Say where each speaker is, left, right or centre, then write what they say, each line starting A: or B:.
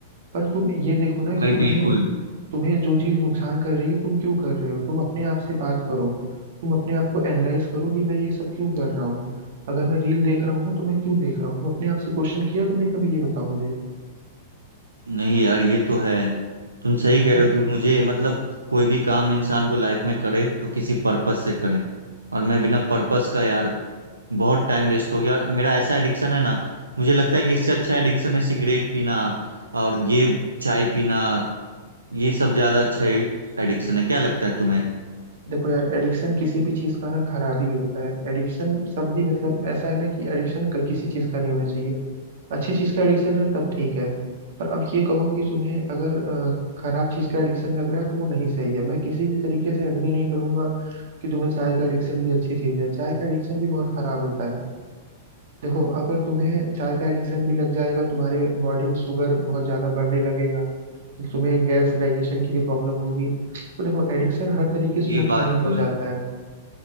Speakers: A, on the right; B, on the right.
A: पर तुम ये देखो ना कि
B: भाई
A: तुम्हें
B: बिल्कुल
A: तुम्हें जो चीज नुकसान कर रही है तुम क्यों कर रहे हो तुम अपने आप से बात करो तुम अपने आप को एनालाइज करो कि मैं ये सब क्यों कर रहा हूँ अगर मैं रील देख रहा हूँ ना तो मैं क्यों देख रहा हूँ तुम अपने आप से क्वेश्चन किया तुमने कभी ये बताओ मुझे
B: नहीं यार ये तो है तुम सही कह
A: अब
B: रहे हो कि मुझे मतलब कोई भी काम इंसान को लाइफ में करे तो किसी पर्पस से करे और मैं बिना पर्पस का यार बहुत टाइम वेस्ट हो गया मेरा ऐसा एडिक्शन है ना मुझे लगता है कि इससे अच्छा एडिक्शन है सिगरेट पीना और ये चाय पीना ये सब ज्यादा अच्छा एडिक्शन है क्या लगता है तुम्हें
A: देखो यार एडिक्शन किसी भी चीज का ना खराबी होता है एडिक्शन शब्द ही मतलब ऐसा है ना कि एडिक्शन किसी चीज का नहीं होना चाहिए अच्छी चीज का एडिक्शन है तब ठीक है पर अब ये कहो कि तुम्हें अगर अ, खराब चीज का एडिक्शन लग रहा है तो वो नहीं सही है मैं किसी भी तरीके से एग्री नहीं करूंगा कि तुम्हें चाय का एडिक्शन भी अच्छी चीज है चाय का एडिक्शन भी बहुत खराब होता है देखो अगर तुम्हें चाय का एडिक्शन भी लग जाएगा तुम्हारे बॉडी में शुगर बहुत ज्यादा बढ़ने लगेगा तो तुम्हें गैस डाइजेशन की भी प्रॉब्लम होगी तो देखो एडिक्शन हर तरीके से
B: ये
A: नुकसान
B: बात
A: ही पहुंचाता
B: तो है
A: है